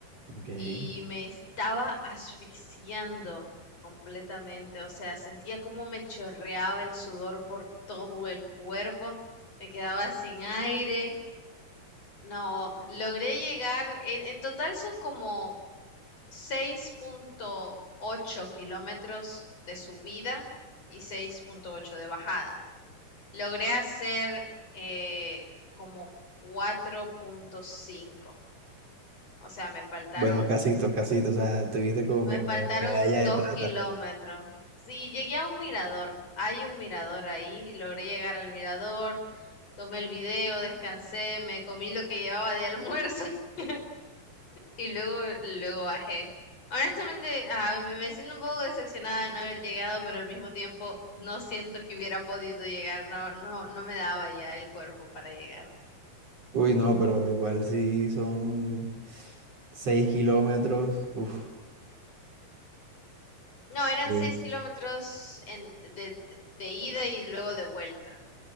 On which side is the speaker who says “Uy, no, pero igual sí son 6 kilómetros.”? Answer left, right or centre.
Right